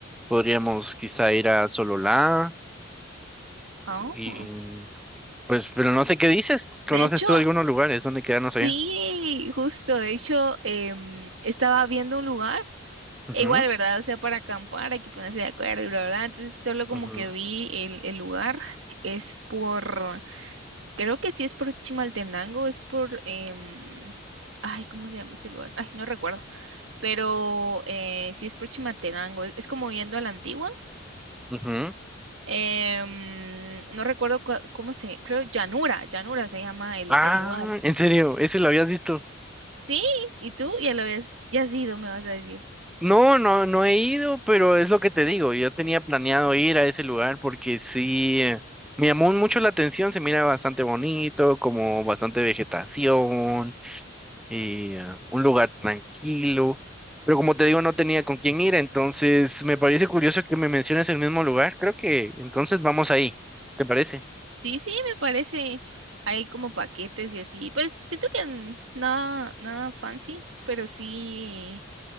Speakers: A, in the centre; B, on the right.
A: podríamos quizá ir a Sololá
B: Oh.
A: y pues, pero no sé qué dices,
B: De
A: ¿conoces
B: hecho,
A: tú algunos lugares donde quedarnos allá?
B: sí, justo, de hecho, em, estaba viendo un lugar.
A: Ujú,
B: E igual, ¿verdad? O sea, para acampar hay que ponerse de acuerdo y bla, bla, bla. Entonces, solo como
A: ujú,
B: que vi el, el lugar, es por, creo que sí es por Chimaltenango, es por, em, ay, ¿cómo se llama este lugar? Ay, no recuerdo, pero eh, sí es por Chimaltenango, es, es como yendo a la antigua.
A: ujú.
B: Em, no recuerdo cua- cómo se, creo Llanura, Llanura se llama el,
A: Ah,
B: el lugar.
A: en serio, ese lo habías visto.
B: Sí, ¿y tú? Ya lo ves, ya has ido, me vas a decir.
A: No, no, no he ido, pero es lo que te digo. Yo tenía planeado ir a ese lugar porque sí, eh, me llamó mucho la atención. Se mira bastante bonito, como bastante vegetación y eh, un lugar tranquilo. Pero como te digo, no tenía con quién ir, entonces me parece curioso que me menciones el mismo lugar. Creo que entonces vamos ahí. ¿Te parece?
B: Sí, sí, me parece. Hay como paquetes y así. Pues siento que n- nada, nada fancy, pero sí